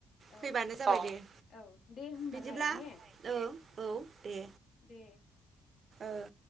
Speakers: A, on the right; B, on the left.
A: फैबानो
B: औ
A: जाबाय दे
B: औ दे होमबालाय
A: बिदिब्ला
B: ने
A: औ औ दे
B: दे
A: ओ